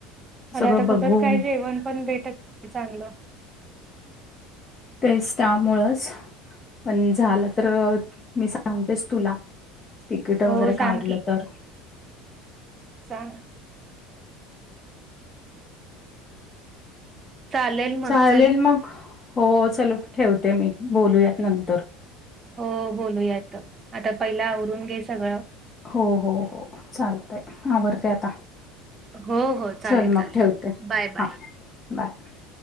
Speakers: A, on the right; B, on the left.
A: आणि
B: सगळं
A: आता
B: बघून
A: कुठेच काय जेवण पण भेटत नाही चांगलं <inaudible> <inaudible> <inaudible> <inaudible> <inaudible> <inaudible> <inaudible> <inaudible> <inaudible> <inaudible> <inaudible> <inaudible>
B: तेस्तामुळच पण झालं तर मी सांगतेच तुला तिकीट वगैरे
A: हो
B: काढलं
A: सांग
B: तर
A: सां चालेल मग
B: चालेल
A: चल
B: मग हो चल ठेवते मी बोलूयात नंतर
A: हो बोलूयात आता पहिला आवरून घे सगळं
B: हो हो हो चालतय आवडतेय आता
A: हो हो चालेल
B: चल
A: चालेल
B: मग ठेवते
A: बाय बाय.
B: हा बाय